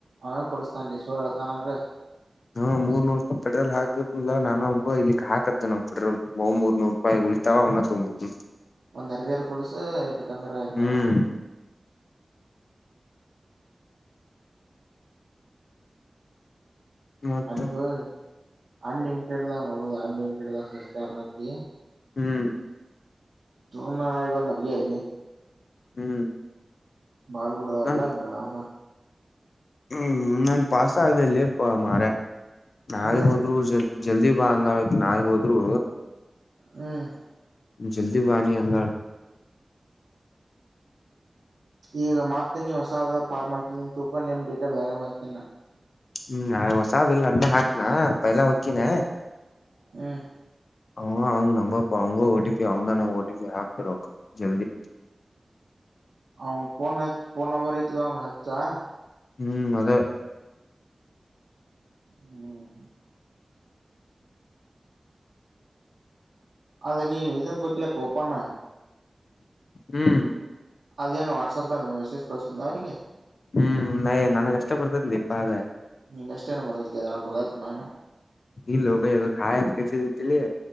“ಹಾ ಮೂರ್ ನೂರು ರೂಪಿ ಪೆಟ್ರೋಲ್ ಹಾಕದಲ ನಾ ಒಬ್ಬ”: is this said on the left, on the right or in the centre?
Left